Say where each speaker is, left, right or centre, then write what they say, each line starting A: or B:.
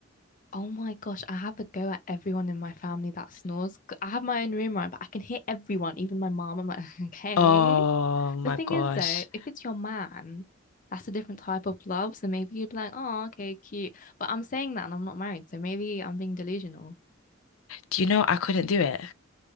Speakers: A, on the left; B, on the left.
A: Oh my gosh, I have a go at everyone in my family that snores. 'Cause I have my own room, right? But I can hear everyone, even my mom. I'm like, <laughs> okay.
B: Oh my
A: The thing
B: gosh.
A: is, though, if it's your man, that's a different type of love. So maybe you'd be like, oh, okay, cute. But I'm saying that and I'm not married. So maybe I'm being delusional.
B: Do you know I couldn't do it?